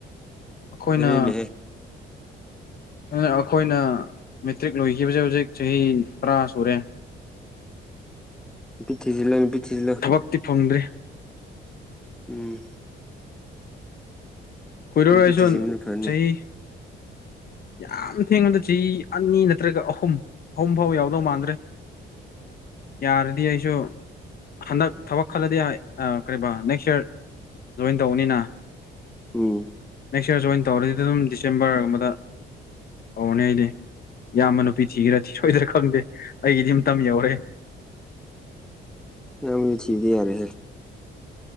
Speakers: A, on the left; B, in the centre.
A: ꯑꯩꯈꯣꯏꯅ
B: ꯑꯗꯨꯅꯤꯅꯦꯍꯦ
A: ꯑꯗꯨ ꯑꯩꯈꯣꯏꯅ ꯃꯦꯇ꯭ꯔꯤꯛ ꯂꯣꯏꯈꯤꯕꯁꯦ ꯍꯧꯖꯤꯛ ꯆꯍꯤ ꯇꯔꯥ ꯁꯨꯔꯦ
B: ꯄꯤꯊꯤꯁꯤꯂꯅꯤ ꯄꯤꯊꯤꯁꯤꯂ
A: ꯊꯕꯛꯇꯤ ꯐꯪꯗ꯭ꯔꯤ
B: ꯎꯝ
A: ꯍꯣꯏꯏꯗꯧꯔ
B: ꯅꯨꯄꯤ
A: ꯑꯩꯁ
B: ꯊꯤꯖꯤꯟꯕꯅ ꯐꯅꯤ
A: ꯆꯍꯤ ꯌꯥꯝ ꯊꯦꯡꯕꯗ ꯆꯍꯤ ꯑꯅꯤ ꯅꯠꯇ꯭ꯔꯒ ꯑꯍꯨꯝ ꯑꯍꯨꯝ ꯐꯥꯎ ꯌꯥꯎꯗꯧ ꯃꯥꯟꯗ꯭ꯔꯦ ꯌꯥꯔꯗꯤꯌꯥꯁꯣ ꯍꯟꯗꯛ ꯊꯕꯛ ꯈꯜꯂꯗꯤ ꯀꯔꯤꯕ ꯅꯦꯛꯁ ꯏꯌꯥꯔ ꯖꯣꯏꯟ ꯇꯧꯕꯅꯤꯅ
B: ꯎꯝ
A: ꯅꯦꯛꯁ ꯏꯔ ꯖꯣꯏꯟ ꯇꯧꯔꯗꯤ ꯑꯗꯨꯝ ꯗꯤꯁꯦꯝꯕꯔꯒꯨꯝꯕꯗ ꯇꯧꯔꯅꯤ ꯑꯩꯗꯤ ꯏꯌꯥꯝꯕ ꯅꯨꯄꯤ ꯊꯤꯈ꯭ꯔꯥ ꯊ ꯁꯣꯏꯗ꯭ꯔꯥ ꯈꯪꯗꯦ ꯑꯩꯒꯤꯗꯤ ꯑꯃꯝꯇꯝ ꯌꯧꯔꯦ <inaudible>
B: ꯌꯥꯝ ꯃ ꯆꯤꯕꯅꯦ ꯌꯥꯔꯦ